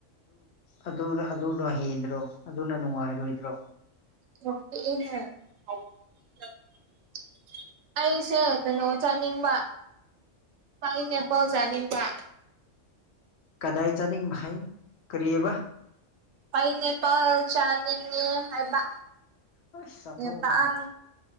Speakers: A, on the left; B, on the right.
A: ꯑꯗꯨ ꯑꯗꯨꯗꯣ ꯍꯦꯟꯗ꯭ꯔꯣ ꯑꯗꯨꯅ ꯅꯨꯡꯉꯥꯏꯔꯣꯏꯗ꯭ꯔꯣ
B: <inaudible> ꯑꯩꯁꯦ ꯀꯩꯅꯣ ꯆꯥꯅꯤꯡꯕ ꯄꯥꯏꯅꯦꯄꯜ ꯆꯥꯅꯤꯡꯕ
A: ꯀꯗꯥꯏ ꯆꯠꯅꯤꯡ ꯥꯏ ꯀꯔꯤꯕ
B: ꯄꯅꯦ ꯄꯥꯎ ꯆꯥꯅꯤꯡꯉꯅꯦ ꯍꯥꯏꯕ
A: ꯑꯁ
B: ꯉꯇꯥꯛ
A: ꯆꯠꯊꯣꯛꯑꯣ ꯀꯩꯅꯣ